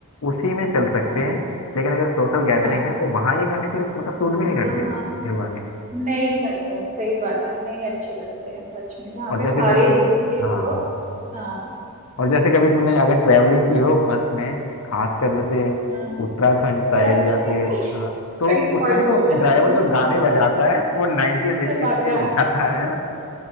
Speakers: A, on the left (about 70°); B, on the right (about 35°).
A: उसी
B: हाँ
A: में चल सकते
B: हाँ
A: हैं लेकिन अगर सोशल गैदरिंग
B: हाँ
A: है तो वहाँ ये गाने फिर मतलब सूट भी नहीं करते
B: वहाँ
A: ये गाने
B: नहीं करते हैं सही बात है नहीं अच्छे लगते हैं सच में जहाँ
A: और
B: पे
A: जैसे
B: सारे
A: कभी
B: एज ग्रुप के
A: हाँ
B: लोग हो हाँ
A: और जैसे
B: ये तो
A: कभी तुमने
B: है
A: अगर ट्रैवलिंग की हो बस में खासकर जैसे
B: हाँ
A: उत्तराखंड साइड
B: सच
A: या फिर
B: में <laughs>
A: हाँ तो
B: सही
A: उसमें
B: पॉइंट
A: देखो
B: बोला
A: ड्राइवर
B: तुमने
A: जो गाने
B: हाँ,
A: बजाता है वो नाइनटीज एटीज
B: चल आता
A: के ही बजाता
B: है
A: है